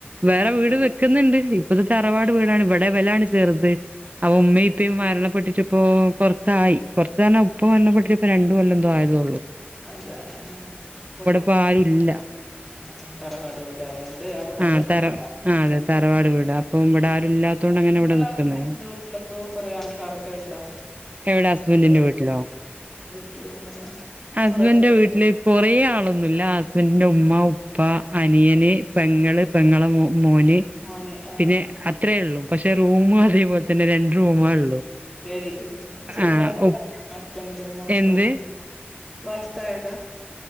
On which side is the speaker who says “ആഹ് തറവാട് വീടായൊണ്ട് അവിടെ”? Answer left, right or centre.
Centre